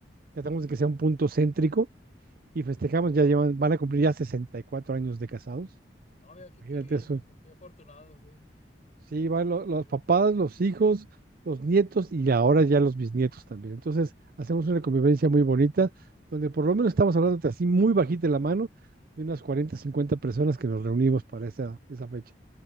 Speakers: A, on the right; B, on the left.
A: Tratamos de que sea un punto céntrico y festejamos, ya llevan, van a cumplir ya 64 años de casados.
B: No, mira, qué,
A: Imagínate
B: qué bien,
A: eso,
B: ¿no? qué, qué afortunado, sí.
A: Sí, van lo-
B: Por
A: los
B: eso,
A: papás, los hijos, los nietos y ahora ya los bisnietos también. Entonces, hacemos una convivencia muy bonita, donde por lo menos estamos hablando de así muy bajita la mano, de unas 40, 50 personas que nos reunimos para esa, esa fecha.